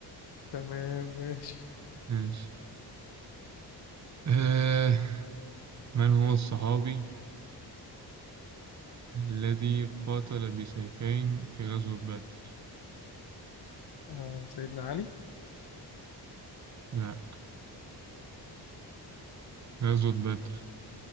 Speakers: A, on the left; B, on the right.
A: تمام ماشي
B: ماشي آه. من هو الصحابي الذي قاتل بسيفين في غزوة بدر؟
A: آه سيدنا علي
B: لا غزوة بدر